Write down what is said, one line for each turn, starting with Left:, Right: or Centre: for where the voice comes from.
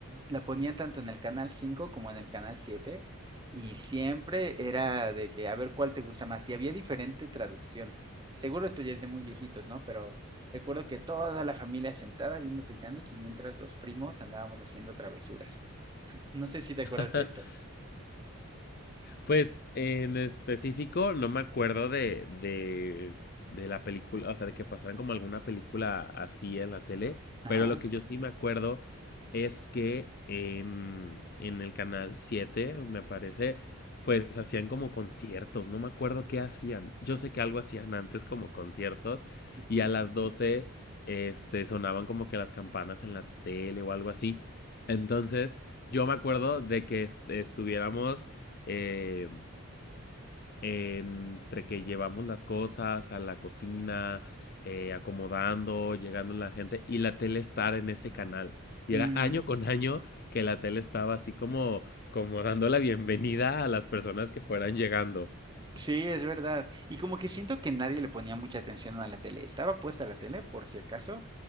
Right: la ponían tanto en el canal 5 como en el canal 7 y siempre era de que a ver cuál te gusta más. Y había diferente traducción. Seguro esto ya es de muy viejitos, ¿no? Pero recuerdo que toda la familia sentada viendo Titanic y mientras los primos andábamos haciendo travesuras. No sé si te acuerdas
Left: <laughs>
Right: de esto.
Left: Pues en específico no me acuerdo de, de, de la película, o sea, de que pasaran como alguna película así en la tele,
Right: Ajá.
Left: pero lo que yo sí me acuerdo es que en, en el canal 7 me parece, pues hacían como conciertos, no me acuerdo qué hacían. Yo sé que algo hacían antes como conciertos
Right: Ujú.
Left: y a las 12 este, sonaban como que las campanas en la tele o algo así. Entonces, yo me acuerdo de que est- estuviéramos eh, entre que llevamos las cosas a la cocina, eh, acomodando, llegando la gente y la tele estar en ese canal. Y
Right: Ujú.
Left: era año con año que la tele estaba así como, como dando la bienvenida a las personas que fueran llegando.
Right: Sí, es verdad. Y como que siento que nadie le ponía mucha atención a la tele. Estaba puesta la tele, por si acaso,